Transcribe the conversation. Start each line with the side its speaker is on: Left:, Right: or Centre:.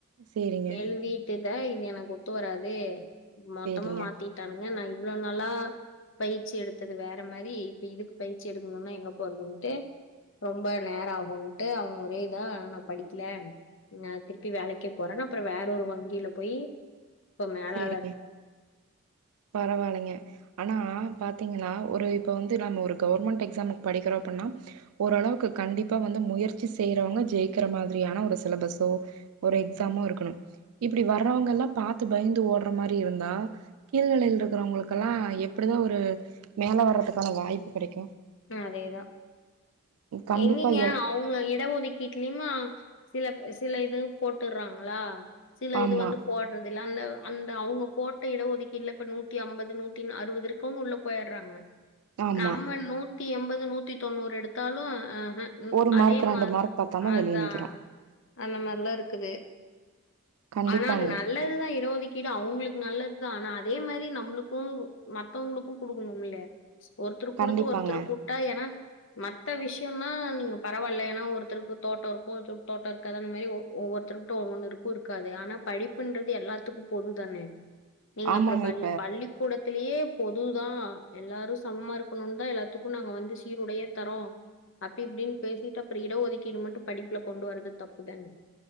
Right: சேரிங்க
Left: எலுதிட்டு த இது எனக்கு கொ ஒத்து வராதே மொத்தமா
Right: சேரிங்க
Left: மாத்திட்டானங்க நான் இவ்ளோ நாளா பயிற்சி எடுத்தது வேற மாரி இப்ப இதுக்கு பயிற்சி எடுக்கணும்னா எங்க போறதுன்டு ரொம்ப நேரம் ஆகும்ட்டு அவங்க ஒரே இதான் நான் படிக்கல நான் திருப்பி வேல க்கு போறன்னு அப்புறம் வேற ஒரு வங்கில போய் இப்ப மேலாளர்
Right: செரிங்க பரவாலங்க ஆனா பாத்தீங்கன்னா ஒரு இப்ப வந்து நம்ம ஒரு கவர்மெண்ட் எக்ஸாமுக்கு படிக்கிறோம் அப்புன்னா ஓரளவுக்கு கண்டிப்பா வந்து முயற்சி செய்யறவங்க ஜெயிக்கிற மாரியான ஒரு சிலபஸோ ஒரு எக்ஸாமோ இருக்கணும் இப்டி வர்றவங்க எல்லாம் பாத்து பயந்து ஓடுற மாரி இருந்தா கீழ்நிலைலா இருக்கிறவங்களுக்கெல்லாம் எப்டிதான் ஒரு மேல வர்றதுக்கான வாய்ப்பு கிடைக்கும்
Left: ஆ அதே தான்
Right: கண்டிப்பா
Left: எங்கிங்க
Right: எ
Left: அவங்க இட ஒதுக்கீட்டுலயு மா சில சில இது போட்டுறாங்களா சில
Right: ஆமா
Left: இது வந்து போடுறது இல்ல ஆன் னு அந்த அவங்க போட்ட இடஒதுக்கீடல இப்ப நூத்தி ஐம்பது நூத்தி அறுவது இருக்குவங்க உள்ள போயிடுறாங்க
Right: ஆமா
Left: நம்ம நூத் நூதீ எண்பது நூத்தி தொண்ணூறு எடுத்தாலும் அ அ
Right: ஒரு
Left: அதே
Right: மார்க் ரெண்டு
Left: மாரி
Right: மார்க் பத்தாம
Left: அதான்
Right: வெளிய நிக்கிறோம்
Left: அந்த மாரிலா இருக்குது
Right: கண்டிப்பாங்க
Left: அனா அது நல்லதுதான் இடஒதுக்கீடு அவங்களுக்கு நல்லதுதான் ஆனா அ தே மாரி நம்மளுக்கோ மத்தவங்களுக்கும் கொடுக்கணும்ல்லய ஒத்தருகு குடுத்து
Right: கண்டிப்பாங்க
Left: ஒர் திருகுட்டா ஏனா மத்த விஷ குயோனா நீங்க பரவாயில்ல எனா ஒருத்தருக்கு தோட்டோ இருக்கும் ஒருத்தருக்கு தோட்டோ இருக்காது அந்த மாரி ஒவ்வொருத்தருக்கு ஒவ்வொன்னுருக்கும் இருக்காது ஆனா படிப்புன்றது எல்லாத்துக்கும் பொது தானே நீங்க
Right: ஆமாங்க
Left: அப்புறம் பள்ளி பள்ளிக்கூட இதலயே பொது தான் எல்லாரும் சமமா இருக்கணும்னு தான் எல்லாத்துக் கும் நாங்க வந்து சீருடயே தரோம் அப்டி இப்டின்னு பேசிட்டு அப்புறம் இடம் ஒதுக்கீடு மட்டும் படிப்புல கொண்டு வரது தப்புதாங்க